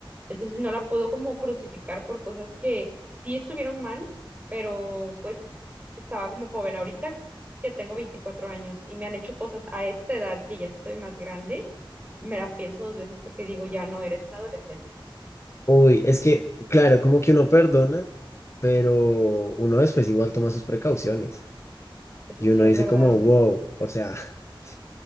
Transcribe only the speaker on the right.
entonces no la puedo como crucificar por cosas que sí estuvieron mal, pero pues estaba como joven. Ahorita que tengo 24 años y me han hecho cosas a esta edad que ya estoy más grande, me la pienso dos veces porque digo, ya no, eres un adolescente.
Eso
sí
es
verdad.